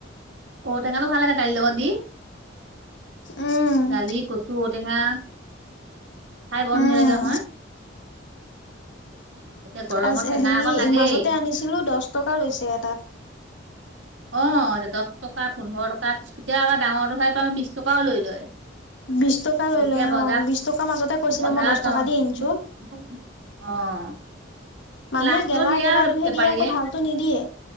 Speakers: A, on the right (about 80°); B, on the left (about 65°).
A: ঔটেঙাতো ভাল লাগে দালি লগত দি।
B: উম।
A: দালি কচু ঔ টেঙা খাই বৰ
B: উম
A: ধুনিয়া লাগে নহয়। এতিয়া গৰমত
B: আজ
A: টেঙা
B: হেৰি
A: অকণ লাগেই
B: মাজতে আনিছিলোঁ, দহ টকা লৈছে এটাত।
A: অ' এ দহ টকা পোন্ধৰ টকা বিশ টকিয়া ডাঙৰ খাই, আমি বিশ টকাও লৈ লয়।
B: বিশ টকা লৈ
A: এতিয়া
B: লয়
A: বজাৰ,
B: অ বিশ টকাৰ মাজতে কৈছিলে
A: বজাৰত
B: মই দহ টকা
A: অ'।
B: দি আনিছো।
A: অ'।
B: মানুহে
A: লাষ্টত
B: গেলা
A: দিয়ে
B: গেলাটোহে
A: আৰু বেপাৰীয়ে
B: দিয়ে, আকৌ ভালতটো নিদিয়ে,